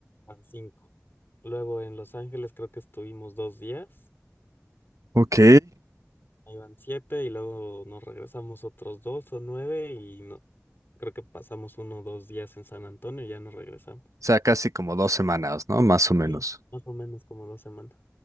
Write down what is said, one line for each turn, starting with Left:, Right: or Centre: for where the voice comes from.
Left: van cinco. Luego en Los Ángeles creo que estuvimos dos días.
Right: Ok.
Left: Ahí van siete y luego nos regresamos otros dos o nueve y no, Creo que pasamos uno o dos días en San Antonio y ya nos regresamos.
Right: sea, casi como dos semanas, ¿no? Más o menos.
Left: Sí. Más o menos como dos semanas.